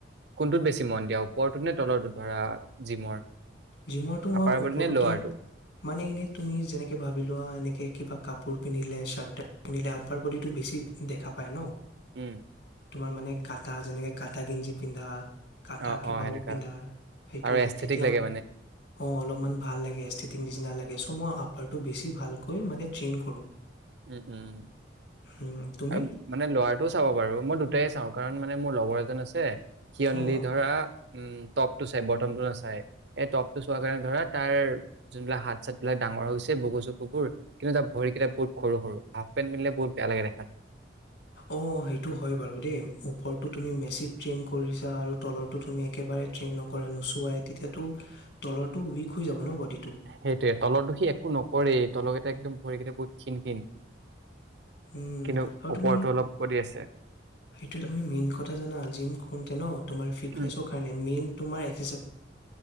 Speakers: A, on the right; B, on the left.
A: কোনটোত বেছি মন দিয়া ওপৰটোত নে তলৰটো ধৰা জিমৰ।
B: জিমৰটো মই
A: আপাৰ
B: ওপৰটোতে
A: বডি নে লৱাৰটো?
B: মানে এনে তুমি যেনেকে ভাবি লোৱা এনেকে কিবা। কাপোৰ পিন্ধিলে শ্বাৰ্ট টাৰ্ট পিন্ধিলে আপাৰ বডিটো বেছি দেখা পায় ন।
A: উম
B: তোমাৰ মানে কাটা যেনেকে কাটা গেঞ্জি পিন্ধা। কাঠা
A: অ',
B: কিবাও
A: অ' সেনেকা
B: পিন্ধা সেইটোয়ে
A: আৰু এস্থেটিক
B: তেতিয়া
A: লাগে
B: মানে। অ অলপমান ভাল লাগে এষ্টিটিং ডিচিনা লাগে চ' মই আপাৰটো বেছি ভালকৈ মানে ট্ৰেইন কৰোঁ।
A: উম উম
B: উম, তুমি
A: আৰু মানে ল'ৰাটো চাব পাৰু মই দুটাই চাওঁ। কাৰণ মানে মোৰ লগৰ এজন আছে। কিয়নলি
B: অ
A: ধৰা। উম টপ টো চাই বটম টো নাচাই এই টপ টো চোৱাৰ কাৰণে ধৰা তাৰ যোনবিলাক হাত চাতবিলাক ডাঙৰ হৈ গৈছে বুকু চুকুবোৰ কিন্তু তাৰ ভৰিকেইটা বহুত। সৰু সৰু হাফ পেন্ট পিন্ধিলে বহুত বেয়া লাগে দেখাত।
B: অ সেইটো হয় বাৰু দেই ওপৰতো তুমি মেচি ট্ৰেইন কৰিছা আৰু তলৰটো তুমি একেবাৰে ট্ৰেইন নকৰা নোচোৱাই তেতিয়াতো তলৰটো উইক হৈ যাব ন বডি।
A: সেইটোয়ে তলৰটো সি একো নকৰেই তলৰ কিটা একদম ভৰিকেইটা বহুত ক্ষীণ ক্ষীণ
B: উম
A: কিন্তু
B: আৰু
A: ওপৰতো
B: তুমি
A: অলপ বডি আছে
B: সেইটো তুমি মেইন কথা জানা জিম কৰোতে ন তোমাৰ ফিটনেচৰ
A: উম,
B: কাৰণে মেইন। তোমাৰ এক্স চাইজ